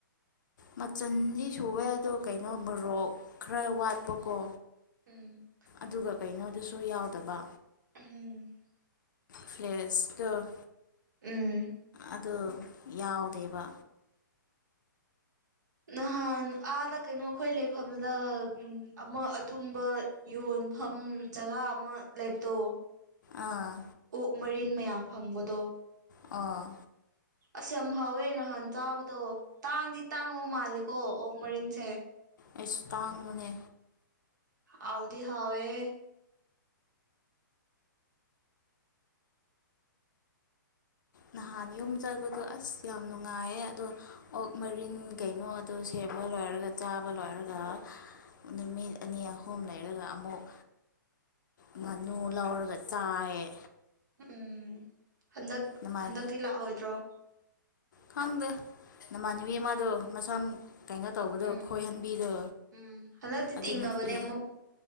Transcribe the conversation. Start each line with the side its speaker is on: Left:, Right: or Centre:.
Left: ꯃꯆꯟꯗꯤ ꯁꯨꯋꯦ ꯑꯗꯣ ꯀꯩꯅꯣ ꯃꯔꯣꯛ ꯈꯔ ꯋꯥꯠꯄꯀꯣ
Right: ꯎꯝ
Left: ꯑꯗꯨꯒ ꯀꯩꯅꯣꯗꯨꯁꯨ ꯌꯥꯎꯗꯕ
Right: ꯎꯝ
Left: ꯐ꯭ꯂꯦꯁꯇꯣ
Right: ꯎꯝ
Left: ꯑꯗꯣ ꯌꯥꯎꯗꯦꯕ
Right: ꯅꯍꯥꯟ ꯑꯥꯗ ꯀꯩꯅꯣꯈꯣꯏ ꯂꯩꯐꯝꯗ ꯎꯝ ꯑꯃ ꯑꯗꯨꯝꯕ ꯌꯣꯟꯐꯝ ꯖꯒꯥ ꯑꯃ ꯂꯩꯕꯗꯣ
Left: ꯑꯥ
Right: ꯑꯣꯛ ꯃꯔꯤꯟ ꯃꯌꯥꯝ ꯐꯪꯕꯗꯣ
Left: ꯑꯥ
Right: ꯑꯁ ꯌꯥꯝ ꯍꯥꯎꯋꯦ ꯅꯍꯥꯟ ꯆꯥꯕꯗꯣ ꯇꯥꯡꯗꯤ ꯇꯥꯡꯕ ꯃꯥꯜꯂꯦꯀꯣ ꯑꯣꯛ ꯃꯔꯤꯟꯁꯦ
Left: ꯑꯩꯁ ꯇꯥꯡꯕꯅꯦ
Right: ꯍꯥꯎꯗꯤ ꯍꯥꯎꯋꯦꯍꯦ
Left: ꯅꯍꯥꯟ ꯌꯨꯝ ꯆꯠꯕꯗꯣ ꯑꯁ ꯌꯥꯝ ꯅꯨꯉꯥꯏꯌꯦ ꯑꯗꯣ ꯑꯣꯛ ꯃꯔꯤꯟ ꯀꯩꯅꯣ ꯑꯗꯨ ꯁꯦꯝꯕ ꯂꯣꯏꯔꯒ ꯆꯥꯕ ꯂꯣꯏꯔꯒ ꯅꯨꯃꯤꯠ ꯑꯅꯤ ꯑꯍꯨꯝ ꯂꯩꯔꯒ ꯑꯃꯨꯛ ꯉꯥꯅꯨ ꯂꯧꯔꯒ ꯆꯥꯏꯌꯦ
Right: ꯎꯝ ꯍꯟꯗꯛ
Left: ꯅꯃꯥꯟ
Right: ꯍꯟꯗꯛꯇꯤ ꯂꯥꯑꯣꯏꯗ꯭ꯔꯣ
Left: ꯈꯪꯗꯦ ꯅꯃꯥꯟꯅꯕꯤ ꯑꯃꯗꯣ ꯃꯁꯝ ꯀꯩꯅꯣ ꯇꯧꯕꯗꯣ
Right: ꯎꯝ
Left: ꯈꯣꯏꯍꯟꯕꯤꯗꯣ
Right: ꯎꯝ ꯍꯟꯗꯛꯇꯤ
Left: ꯑꯗꯨ
Right: ꯇꯤꯡꯉꯕꯅꯦ
Left: ꯅꯨꯄꯤ
Right: ꯑꯃꯨꯛ